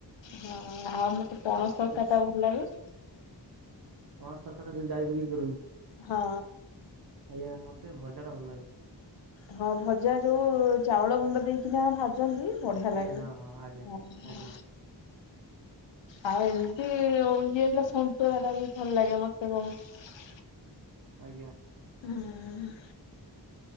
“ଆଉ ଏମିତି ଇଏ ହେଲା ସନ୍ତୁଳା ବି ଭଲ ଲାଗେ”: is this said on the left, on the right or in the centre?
Left